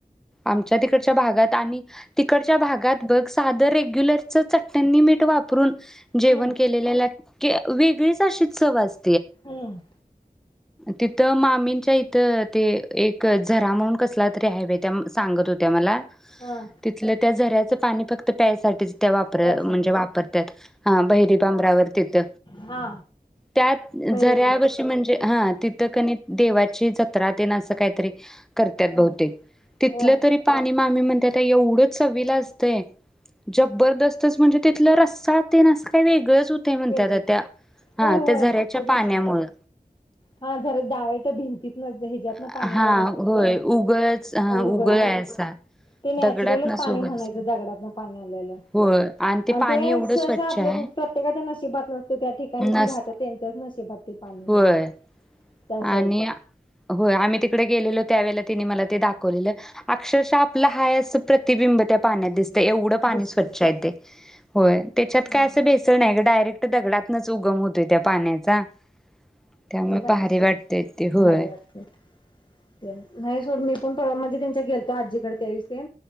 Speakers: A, in the centre; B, on the left.
A: आमच्या तिकडच्या भागात आणि तिकडच्या भागात बघ सादर एक रेग्युलरचं चट्ट्यांनी मीठ वापरून जेवण
B: हम्म
A: केलेल्या की वेगळीच अशी चव अस
B: हम्म
A: तिथं मामींच्या इथ ते एक घरा म्हणून कसला तरी हाय बाई त्या सांगत होत्या मला
B: हा
A: तिथल्या त्या झऱ्यात पाणी फक्त प्यायसाठीच त्या वापर
B: त्यासाठी
A: म्हणजे वापरत्यात हा बहिरी बांब्ऱ्यावर तिथ
B: हा
A: त्यात
B: भैरीबाबाच
A: झऱ्यावर्षी म्हणजे हा तिथं कणी देवाची जत्रा जत्रा तेन असं काहीतरी करत्यात
B: हा
A: बहूतेक तीथल
B: होय
A: तरी पाणी मामी म्हणती त्याला एवढं चवीला असतय जबरदस्त म्हणजे ते तो रस्सा तेन अस काय वेगळंच हुतंय म्हणत्या
B: वेगळ
A: त्या
B: होय होय
A: त्या झऱ्याच्या
B: ते
A: पाण्यामुळं
B: पण सांग हा जरा डाळेट भिंतीतन त्यातंन
A: हा
B: पाणी आलेलं अस
A: होय उगळच हा
B: हो
A: उगळ आहे असा
B: ते नॅचरलच पाणी म्हणायचं ते नॅचरलच
A: दगडातनच
B: पाणी
A: उगळ
B: म्हणायचं दगडातन पाणी आलेलं
A: होय पाणी
B: आणि ते
A: एवढं
B: सहसा
A: स्वच्छ
B: आपल्या
A: आहे
B: प्रत्येकाच्या नशिबात नसतय त्या ठिकाणी जे
A: नस
B: राहत त्यांच्याच नशिबात ते पाणी म्हणायचं.
A: होय
B: त्या साईडला
A: आणि होय आम्ही तिकडे गेलेलो त्यावेळे तिने मला ते दाखवलेलं अक्षरशः आपला हाय अस प्रतिबिंब त्या पाण्यात दिसत एवढं पाणी
B: दिसते
A: स्वच्छ ते होय त्याच्यात
B: हा
A: काय असं भेसळ नाय डायरेक्ट दगडात नच् उगम होतोय त्या पाण्याचा त्यामुळे भारी
B: नाय सोड
A: वाटतय ते होय.
B: भारी वाटते ते नाही सोड मी आपण म्हणजे त्यांच्या गेलतो आजीकडे त्या दिवशी